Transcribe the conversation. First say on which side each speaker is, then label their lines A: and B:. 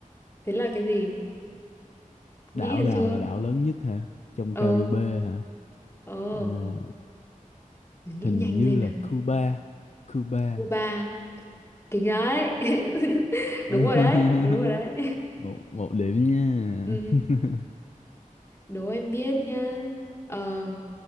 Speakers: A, on the left; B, on the left.
A: Thế là cái gì? Nghĩ
B: Đảo
A: được
B: nào
A: chưa?
B: là đảo lớn nhất hả? Trong
A: Ờ,
B: Caribe hả?
A: ờ,
B: À,
A: nghĩ
B: hình
A: nhanh
B: như
A: lên
B: là
A: nào.
B: Cuba. Cuba.
A: Cuba, kính đấy. <laughs>
B: <laughs>
A: đúng rồi đấy, đúng rồi đấy.
B: một một điểm nha.
A: Ừ,
B: <laughs>
A: đố em biết nhá. Ờ,